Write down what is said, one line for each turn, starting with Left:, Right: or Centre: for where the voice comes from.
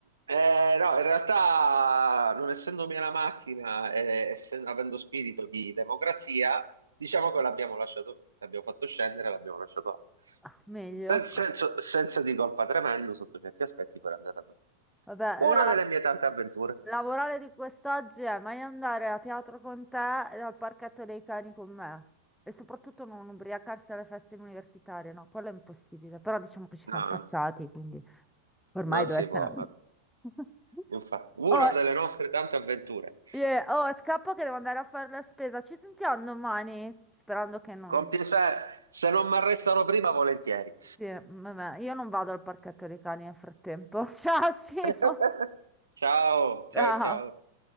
Right: Eh, no, in realtà, non essendo mia la macchina e essen- avendo spirito di democrazia, diciamo che l'abbiamo lasciato lì, l'abbiamo fatto scendere, l'abbiamo lasciato là.
Centre: ah, meglio.
Right: Sen- senso, senso di colpa tremendo sotto certi aspetti, però è andata così.
Centre: Vabbè,
Right: Una
Centre: la...
Right: delle mie tante avventure.
Centre: La morale di quest'oggi è mai andare a teatro con te e al parchetto dei cani con me. E soprattutto non ubriacarsi alle feste universitarie, no, quello è impossibile. Però diciamo che ci
Right: No,
Centre: siamo passati,
Right: no.
Centre: quindi ormai
Right: Non
Centre: deve
Right: si
Centre: essere
Right: può,
Centre: andato. <laughs>
Right: infatti, una
Centre: Oh,
Right: delle nostre tante avventure.
Centre: yeah, oh, scappo che devo andare a fare la spesa. Ci sentiamo domani? Sperando che non...
Right: Con piacere, se non mi arrestano prima, volentieri.
Centre: Sì, vabbè, io non vado al parchetto dei cani nel frattempo. <laughs> Ciao, Simo.
Right: <laughs> Ciao,
Centre: Ciao.
Right: ciao, ciao.